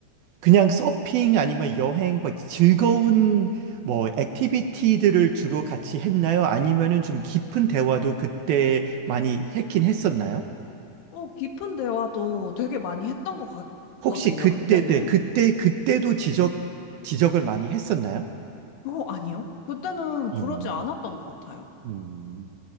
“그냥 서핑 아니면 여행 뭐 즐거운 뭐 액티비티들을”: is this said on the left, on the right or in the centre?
Right